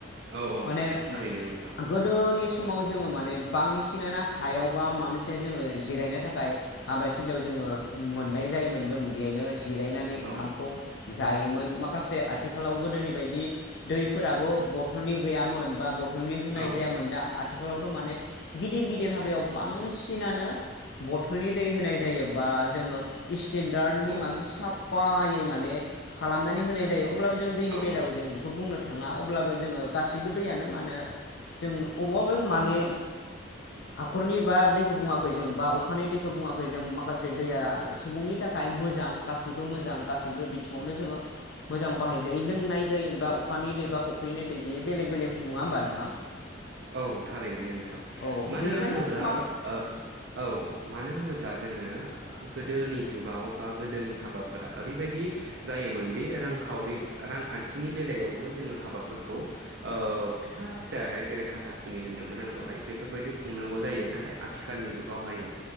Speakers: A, on the right; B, on the left.
A: औऔ
B: माने
A: थारैनो नोंथां
B: गोदोनि समाव जोङो माने बांसिनानो हायाव बा माबा मोनसे जोंङो जिरायनो थाखाय हाबाथिलियाव जोङो मोननाय जायोमोन बों बेहायनो जिरायनानै ओंखामखौ
A: औ
B: जायोमोन माखासे आथिखालाव गोदोनि बायदि दैफोराबो बथलनि गैयामोन बा बथ थलनि होनाय
A: औ
B: जायामोन दा आथिखालावथ माने गिदिर गिदिर हाबायाव बांसिनानो बथलनि दै होनाय जायो बा जोङो स्टेन्डारनि
A: औ
B: मोनसे साफायै माने खालामनानै होनाय जायो। अब्लाबो जों दैनि
A: औ
B: बेलायाव जोङो एखौ बुंनो थाङा अब्लाबो जोङो गासैबो दैयानो माने जों अबावबाअबा माने हाखरनि बा दैखौ बुङाखै जों बा अखानि दैखौ बुङाखै जों माखासे दैया सुबुंनि थाखाय मोजां गासैबो मोजां गासैबो बिथिङावनो जोङो मोजां बाहाय जायो लोंनाय दै बा अखानि दै बा फुख्रिनि दै बे बेलेग बेलेग नङा होमबा नोंथां?
A: औ थारैनो नोंथां
B: औ
A: मानो
B: बेनिखायनो
A: होनोब्ला
B: मा
A: ओ औ मानो होनोब्ला जोङो गोदोनि जुगाव बा गोदोनि हाबाफोरा ओरैबायदि जायोमोनदि रांखावरि रांखान्थिनि बेलायावबो जोङो हाबाफोरखौ ओ फिसा फिसा जेरै हा था सुनि होनदोंमोन आं दहाय बेफोरबायदि खुंनांगौ जायो नाथाय आथिखालनि जुगावहायो